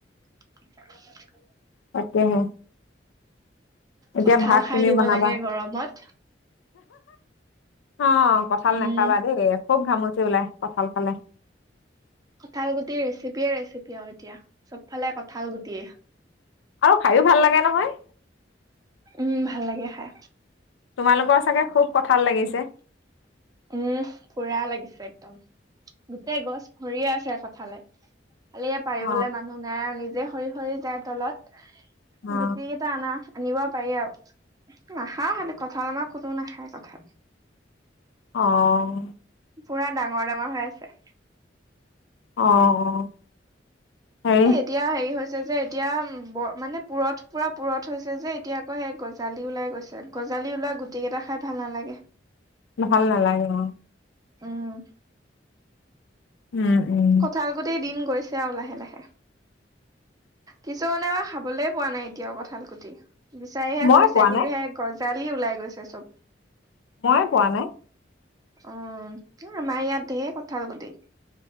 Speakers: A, on the right; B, on the left.
A: <inaudible>
B: তাকেহে এতিয়া
A: কঁঠাল
B: ভাত
A: খাই
B: তুমি
A: দিব
B: বনাবা।
A: লাগে গৰমত
B: অ, কঠাল
A: উম
B: নাখাবা দেই খুব ঘামুচি ওলাই কঠাল খালে।
A: কঠাল গুটি ৰেচিপিয়ে ৰেচিপি আৰু এতিয়া চবফালে কঠাল গুটিয়ে।
B: আৰু খাইো ভাল লাগে নহয়।
A: উম, ভাল লাগে খাই।
B: তোমালোকৰ চাগে খুব কঠাল লাগিছে।
A: উম, পুৰা লাগিছে একদম গোটেই গছ ভৰিয়ে আছে খালে খালি ইয় পাৰিবলৈ
B: অ
A: মানুহ নাই আৰু নিজে সৰি - সৰি যায় তলত।
B: অ
A: গুতি কেইটা অনা। আনিব পাৰি আৰু নাখা হ কঠাল আমাৰ কোনো নাখায় কঠাল।
B: অ',
A: পুৰা ডাঙৰ ডাঙৰ হৈ আছে।
B: আহ অ। হেৰি
A: এ এতিয়া হেৰি হৈছে যে। এতিয়া মানে পুৰঠ পুৰা পূৰঠ হৈছে যে এতিয়া আকৌ সেই গজালি ওলাই গৈছে গজালি ওলাই। গুটি কেইটা খাই ভাল নালাগে।
B: ভাল নালাগে অহ।
A: উম।
B: উম উম
A: কঠাল গুটি দিন গৈছে আৰু লাহে লাহে। কিছুমানে খাবলৈ পোৱা নাই এতিয়াও কঁঠাল কুটি বিচাৰিহে
B: মই
A: ফুৰিছে
B: পোৱা
A: কিন্তু
B: নাই
A: সেই গছ গঁজালি ওলাই গৈছে চব।
B: মই পোৱা নাই।
A: অ আমাৰ ইয়াত ঢেৰ কঠাল গোটি।